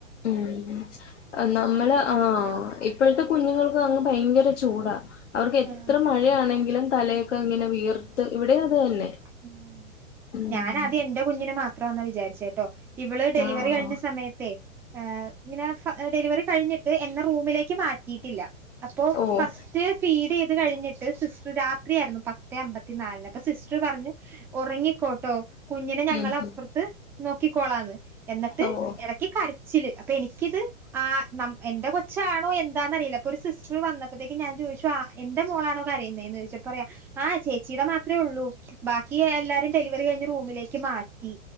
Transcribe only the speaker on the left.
ഉം നമ്മള് ആഹഹ് ഇപ്പോഴത്തെ കുഞ്ഞുങ്ങൾക്ക് അങ്ങ് ഭയങ്കര ചൂടാ. അവർക്ക് എത്ര
മഴയാണെങ്കിലും തലയൊക്കെ ഇങ്ങനെ വിയർത്ത് ഇവിടെ അത് തന്നെ.
ഉം
ആഹ്
ഓഹ്
ഉം
ഉം
ഓഹ്